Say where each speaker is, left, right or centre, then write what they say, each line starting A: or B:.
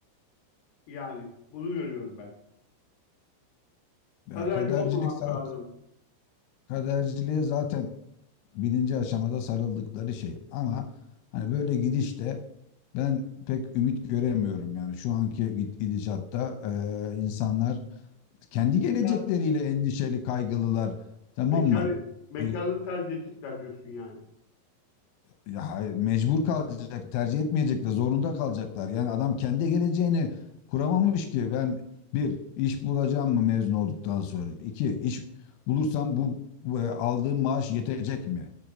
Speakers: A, on the left; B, on the left.
A: Yani bunu görüyorum ben.
B: Ya
A: Kaderci
B: kadercilik
A: olmamak
B: zaten,
A: lazım.
B: kaderciliğe zaten birinci aşamada sarıldıkları şey. Ama hani böyle gidişte ben pek ümit göremiyorum yani şu anki gid- gidişatta e, insanlar kendi
A: Bekar,
B: gelecekleriyle endişeli kaygılılar tamam
A: bekar,
B: mı?
A: bekarlığı
B: E,
A: tercih edecekler diyorsun yani.
B: Ya hayır, mecbur kalacak, tercih etmeyecekler, zorunda kalacaklar. Yani adam kendi geleceğini kuramamış ki. Ben bir, iş bulacağım mı mezun olduktan sonra? İki, iş bulursam bu bu, e, aldığım maaş yetecek mi?